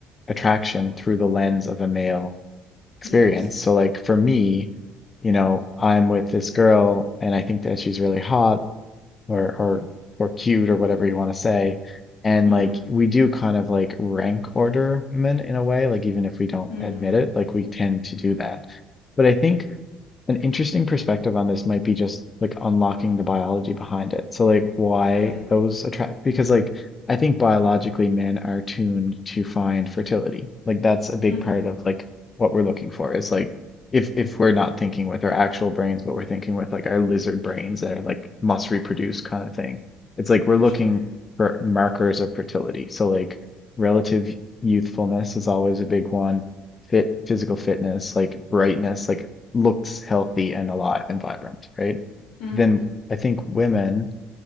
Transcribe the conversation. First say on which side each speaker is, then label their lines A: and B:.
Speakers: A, on the left; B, on the left.
A: attraction through the lens of a male experience."
B: yes
A: So like for me, you know, I'm with this girl and I think that she's really hot or or or cute or whatever you want to say. And
B: mhm
A: like we do kind of like rank order women in a way, like even if we don't
B: mhm
A: admit it, like we tend to do that. But I think an interesting perspective on this might be just like unlocking the biology behind it. So like why
B: right
A: those attract because like I think biologically men are tuned to find fertility. Like that's a big
B: mhm
A: part of like what we're looking for is like if if we're not thinking with our actual brains, but we're thinking with like our lizard brains that are like must reproduce kind of thing. It's like we're
B: for
A: looking
B: sure
A: for markers of fertility. So like relative youthfulness is always a big one fit physical fitness, like brightness, like looks healthy and alive and vibrant, right?
B: mhm
A: Then I think women